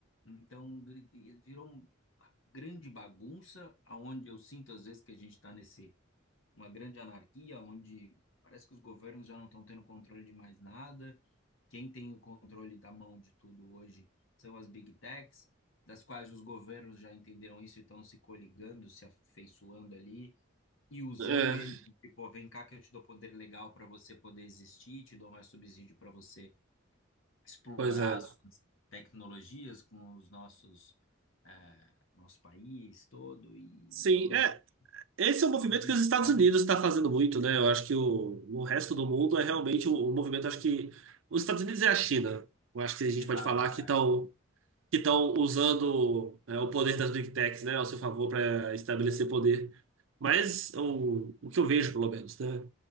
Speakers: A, on the left; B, on the right.
A: Então gri- virou uma grande bagunça, aonde eu sinto às vezes que a gente está nesse uma grande anarquia, onde parece que os governos já não estão tendo controle de mais nada. Quem tem o controle da mão de tudo hoje são as big techs, das quais os governos já entenderam isso e estão se coligando, se afeiçoando ali e usando
B: é,
A: eles, tipo, vem cá que eu te dou poder legal para você poder existir, te dou mais subsídio para você explorar
B: pois é.
A: as suas tecnologias com os nossos eh, nosso país todo e
B: Sim,
A: então eu
B: é.
A: vejo-
B: Esse é um movimento
A: talvez a
B: que
A: gente
B: os Estados
A: caia
B: Unidos
A: num
B: está fazendo muito, né? Eu acho que o, o resto do mundo é realmente o, o movimento. Acho que os Estados Unidos e a China. Eu acho que a gente
A: Exato,
B: pode falar
A: eu
B: que
A: acho.
B: estão que estão usando é, o poder das Big Techs, né, ao seu favor para estabelecer poder. Mas o, o que eu vejo, pelo menos, né,